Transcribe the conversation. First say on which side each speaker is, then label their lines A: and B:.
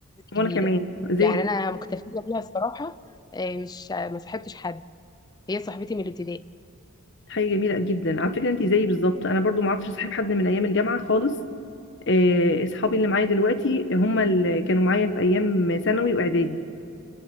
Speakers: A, on the left (about 55°); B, on the left (about 20°).
A: وانا
B: جديدة
A: كمان زي
B: يعني أنا مكتفية بيها الصراحة إيه، مش ما صاحبتش حد هي صاحبتي من الابتدائي
A: حاجة جميلة جدا على فكرة انت زيي بالظبط انا برضو ما عرفتش اصاحب حد من ايام الجامعة خالص آه، اصحابي اللي معايا دلوقتي هم اللي كانوا معايا في ايام ثانوي واعدادي